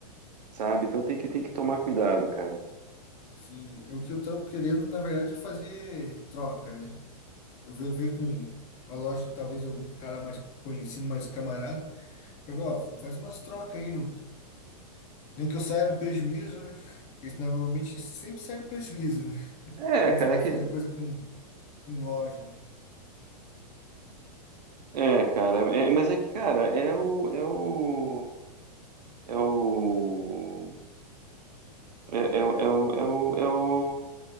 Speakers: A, on the right; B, on the left.
A: sabe? Então tem que tem que tomar cuidado, cara.
B: Sim, é o que eu tava querendo, na verdade, é fazer troca, né? Eu vou ver com a loja, talvez algum cara mais conhecido, mais camarada. Eu vou, ó, faz umas trocas aí, não, nem que eu saia no prejuízo, né? <laughs> Porque isso, normalmente sempre sai no prejuízo, né? <laughs>
A: É,
B: Quando
A: cara,
B: você vai
A: é que
B: fazer coisa com, com loja, né?
A: é, cara, é- mas é que, cara, é o é o é o é, é o é o é o é o